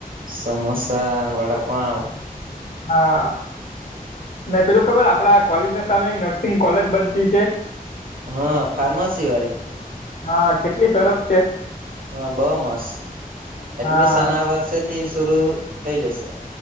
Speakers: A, on the right (about 65°); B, on the left (about 65°).
A: સમોસા વડાપાઉં
B: હા ને પેલું ખબર આપડા કોલેજ સામે એક નર્સિંગ કોલેજ બનતી છે
A: હા ફાર્માસી વારી
B: હા કેટલી સરસ છે
A: હ બોવ મસ્ત એડમિશન
B: હા
A: આ વર્ષેથી શરુ થઈ જશે